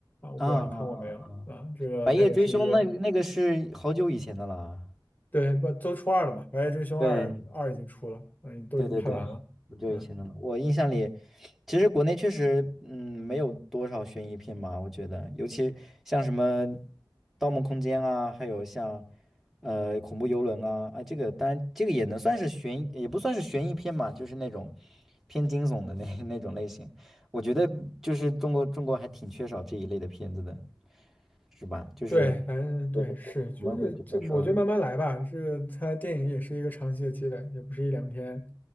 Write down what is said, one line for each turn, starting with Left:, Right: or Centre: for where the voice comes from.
Left: 啊，我不知道你看过没有啊？
Centre: 啊啊啊啊，哦
Left: 这个它也是一个，
Centre: 《白夜追凶》那那个是好久以前的了，
Left: 对，不都出二了嘛，《白夜追凶二》二已经出了，
Centre: 对
Left: 嗯，都已经拍完了。
Centre: 对对对，很久以前的了。
Left: 嗯。
Centre: 我印象里，其实国内确实，嗯，没有多少悬疑片吧，我觉得，尤其像什么《盗梦空间》啊，还有像呃《恐怖游轮》啊，啊，这个当然这个也能算是悬疑也不算是悬疑片嘛，就是那种偏惊悚的那 <laughs> 那种类型。我觉得就是中国中国还挺缺少这一类的片子的，是吧？就是
Left: 对，反正对，
Centre: 对对对，
Left: 是，就是这，
Centre: 我们会觉得说，
Left: 我觉得慢慢来吧。这个它电影也是一个长期的积累，也不是一两天，